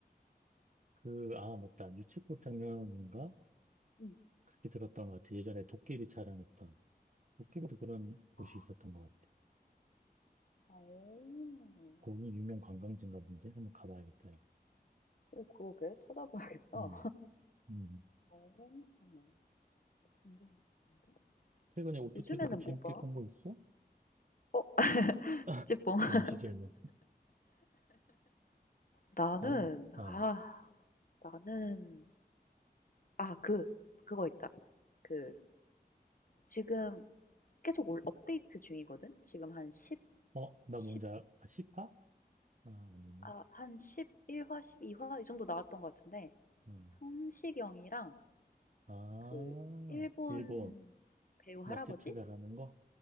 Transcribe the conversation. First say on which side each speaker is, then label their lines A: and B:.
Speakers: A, on the right; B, on the left.
A: 그, 아, 맞다. 유채꽃장면인가?
B: 음.
A: 그렇게 들었던 것 같아. 예전에 도깨비 촬영했던. 도깨비도 그런 곳이
B: 아.
A: 있었던 것 같아.
B: 오
A: 거기 유명 관광지인가 본데? 한번 가봐야겠다, 요
B: 오 그러게. 찾아봐야겠다.
A: 음, 음.
B: 어. 궁금한데.
A: 최근에 OTT로
B: 요즘에는
A: 또 재밌게
B: 뭐 봐?
A: 본 거 있어?
B: 어 아,
A: <laughs>
B: 찌찌뽕. <laughs>
A: 동시 질문.
B: 나는
A: 안, 어,
B: 아 나는 아 그 그거 있다. 그 지금 계속 올 업데이트 중이거든. 지금 한1
A: 어, 나
B: 십1
A: 뭔지 알아? 시파? 아, 아니네.
B: 아, 한 십일화 12화 이 정도 나왔던 것 같은데
A: 어.
B: 성시경이랑
A: 아,
B: 그 일본
A: 일본
B: 배우 할아버지?
A: 맛집 찾아가는 거?